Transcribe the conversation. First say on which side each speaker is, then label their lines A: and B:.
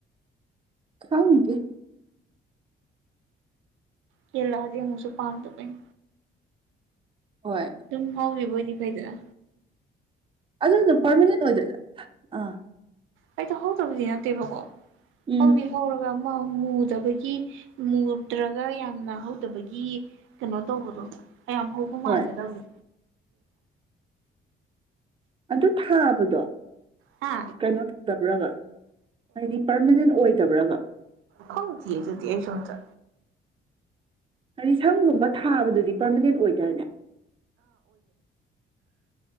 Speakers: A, on the right; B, on the right.
A: ꯈꯪꯗꯦ
B: ꯀꯦꯂꯑꯗꯤ ꯑꯃꯨꯁꯨ ꯄꯥꯝꯗꯕ ꯑꯩꯟ
A: ꯍꯣꯏ
B: ꯇꯨꯝ ꯍꯥꯎꯒꯤꯕ ꯑꯣꯏꯗꯤ ꯐꯥꯏꯗꯅ
A: ꯑꯗꯨꯗꯨ ꯄꯔꯃꯤꯅꯦꯠ ꯑꯣꯏꯗ ꯑ
B: ꯑꯩꯇꯣ ꯍꯗꯕꯗꯤ ꯅꯇꯦꯕꯒꯣ
A: ꯎꯝ
B: ꯍꯧꯗꯤ ꯍꯧꯔꯒ ꯃꯨꯗꯕꯒꯤ ꯃꯨꯗ꯭ꯔꯒ ꯌꯥꯝꯅ ꯍꯧꯗꯕꯒꯤ ꯀꯩꯅꯣ ꯇꯧꯕꯗꯣ ꯀꯌꯥꯝ ꯍꯧꯕ ꯃꯥꯟꯖꯗꯕꯗꯣ
A: ꯍꯣꯏ ꯑꯗꯨ ꯊꯥꯕꯗꯣ
B: ꯍꯥ
A: ꯀꯩꯅꯣ ꯇꯧꯗꯕ꯭ꯔꯕ ꯍꯥꯏꯗꯤ ꯄꯥꯔꯃꯅꯦꯟ ꯑꯣꯏꯗꯕ꯭ꯔꯕ
B: ꯈꯪ ꯇꯤꯌꯦ ꯑꯗꯨꯗꯤ ꯑꯩꯁꯨ ꯑꯝꯇꯥ
A: ꯍꯥꯏꯗꯤ ꯁꯪꯒꯨꯝꯕ ꯊꯥꯕꯗꯨꯗꯤ ꯄꯔꯃꯤꯅꯦꯟ ꯑꯣꯏꯗꯥꯏꯅꯦ